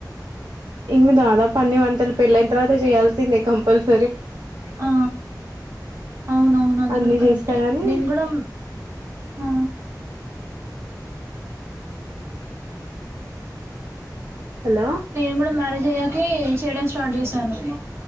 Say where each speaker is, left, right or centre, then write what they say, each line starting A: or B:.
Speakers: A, on the right; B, on the right.
A: ఇంగ దాదాపు అన్ని వంటలు పెళ్లి అయిన్ తర్వాత చేయల్సిందే కంపల్స
B: ఆ అవునవును అది
A: అన్ని
B: కూడా కరెక్టే
A: చేస్తారని
B: నేను కూడా ఆ
A: హలో
B: నేను కూడా మ్యారేజ్ అయ్యాకే చేయడం స్టార్ట్ జెశాను.